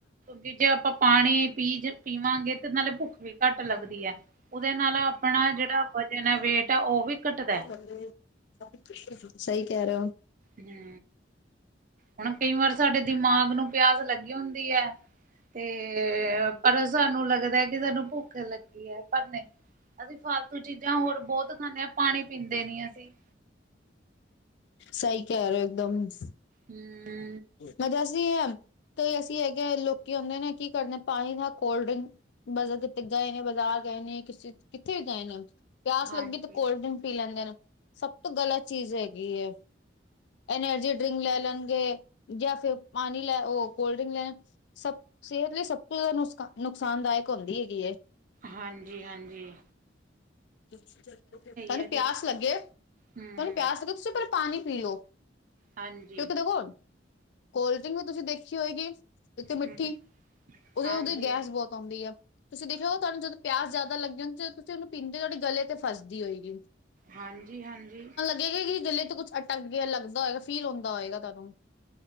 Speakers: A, on the right; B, on the left.
A: ਕਿ ਜੇ ਆਪਾਂ ਪਾਣੀ ਪੀਜ ਪੀਵਾਂਗੇ ਤੇ ਨਾਲੇ ਭੁੱਖ ਵੀ ਘੱਟ ਲੱਗਦੀ ਐ, ਓਦੇ ਨਾਲ ਆਪਣਾ ਜੇੜਾ ਵਜ਼ਨ ਐ ਵੇਟ ਆ ਓ ਵੀ ਘੱਟਦਾ।
B: ਹਾਂਜੀ, ਸਈ ਕੈ ਰਏ ਓ।
A: ਹੂੰ ਹੁਣ ਕਈ ਵਾਰ ਸਾਡੇ ਦਿਮਾਗ ਨੂੰ ਪਿਆਸ ਲੱਗੀ ਹੁੰਦੀ ਐ ਤੇ ਪਰ ਸਾਨੂੰ ਲੱਗਦਾ ਕਿ ਸਾਨੂੰ ਭੁੱਖ ਲੱਗੀ ਐ ਪਰ ਨਈ। ਅਸੀਂ ਫਾਲਤੂ ਚੀਜ਼ਾਂ ਹੋਰ ਬੋਤ ਖਾਂਨੇ ਆ ਪਾਣੀ ਪੀਂਦੇ ਨੀ ਅਸੀਂ।
B: ਸਈ ਕੈ ਰਏ ਓ ਇੱਕਦਮਸ।
A: ਹੂੰ
B: ਮੈਂ ਦੱਸਦੀ ਆ ਕੇਈ ਐਸੇ ਹੈਗੇ ਲੋਕੀ ਆਉਂਦੇ ਨੇ, ਕੀ ਕਰਦੇ ਨੇ ਪਾਣੀ ਨਾ ਕੋਲਡ-ਡਰਿੰਕ। ਬਸ ਜਿੱਦਾਂ ਆਏ ਬਾਜ਼ਾਰ ਗਏ ਨੇ <unintelligible> ਦੱਸ ਕਿੱਥੇ ਵੀ ਗਏ ਨੇ। ਪਿਆਸ਼
A: ਹਾਂਜੀ
B: ਲੱਗੀ ਤੇ ਕੋਲਡ ਡਰਿੰਕ ਪੀ ਲੈਂਦੇ ਨੇ, ਸਭ ਤੋਂ ਗਲਤ ਚੀਜ਼ ਹੈਗੀ ਏ। ਐਨਰਜੀ਼ ਡਰਿੰਕ ਲੈ ਲੈਣ ਗਏ ਜਾਂ ਫਿਰ ਪਾਣੀ ਓ ਲੈ ਕੋਲਡ ਡਰਿੰਕ ਲੈ ਸਭ ਸਿਹਤ ਲਈ ਸਭ ਤੋਂ ਜ਼ਿਆਦਾ ਨੁਕਸ- ਨੁਕਸਾਨਦਾਇਕ ਹੁੰਦੀ ਹੈਗੀ ਐ।
A: ਹਾਂਜੀ-ਹਾਂਜੀ।
B: ਤੁਹਾਨੂੰ
A: ਆ ਜੀ
B: ਪਿਆਸ ਲੱਗੇ, ਤੁਹਾਨੂੰ
A: ਹਮ
B: ਪਿਆਸ ਲੱਗੇ ਤੁਸੀਂ ਪਹਿਲਾਂ ਪਾਣੀ ਪੀ ਲਓ।
A: ਹਾਂਜੀ
B: ਕਿਉਕਿ ਦੇਖੋ ਕੋਲਡ ਡਰਿੰਕ ਵੀ ਤੁਸੀਂ ਦੇਖੀ ਹੋਏ ਗੀ। ਇੱਕ ਤੇ ਮਿੱਠੀ,
A: ਹਮ
B: ਉਹਦੇ
A: ਹਾਂਜੀ
B: ਉਹਦੇ ਗੈਸ ਬਹੁਤ ਆਉਂਦੀ ਆ। ਤੁਸੀ ਦੇਖਿਆ ਹੋ ਤੁਹਾਨੂੰ ਜਦੋਂ ਪਿਆਸ ਜਿਆਦਾ ਲੱਗੀ ਹੁੰਦੀ, ਜਦੋਂ ਤੁਸੀ ਉਨੂੰ ਪੀਣੇ ਤੇ ਤੁਹਾਡੇ ਗਲੇ ਤੇ ਫੱਸਦੀ ਹੋਏਗੀ।
A: ਹਾਂਜੀ-ਹਾਂਜੀ।
B: ਲੱਗੇ ਗਲੇ ਤੋਂ ਕੁਛ ਅਟੱਕ ਗਿਆ, ਲੱਗਦਾ ਹੋਏਗਾ ਫੀਲ ਹੁੰਦਾ ਹੋਏਗਾ ਤੁਹਾਨੂੰ।